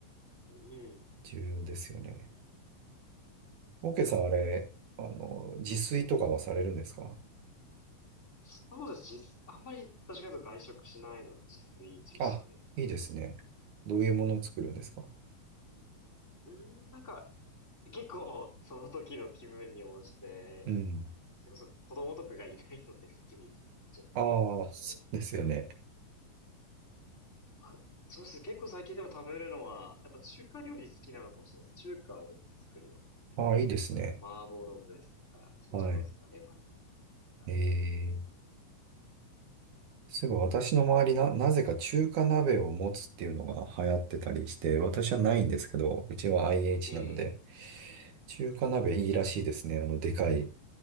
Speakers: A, on the left; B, on the right.
A: うん
B: 重要ですよね。
A: そうですね。
B: オーケーさん、あれ、あの、自炊とかはされるんですか
A: そうです。実、あんまり私がと外食しないので自炊中心です。
B: あ、いいですね。どういうものを作るんですか
A: うーん、なんか、結構その時の気分に応じて、
B: うん。
A: それこそ子供とかがいないので好きに作っちゃってますけど。
B: ああ、そうですよね。
A: まあ、そうです。結構最近でも食べるのは、やっぱ中華料理好きなのかもしれないです。中華をよく作りますね。
B: ああ、いいですね。
A: あの、麻婆豆腐ですとか、チンジャオロースとか、
B: はい。
A: レバニラとか。
B: えー、そういえば私の周りな、なぜか中華鍋を持つっていうのが流行ってたりして、私はないんですけど、うちは IH
A: え
B: なので、中華鍋いいらしいですね。
A: えええ
B: あの、でかい。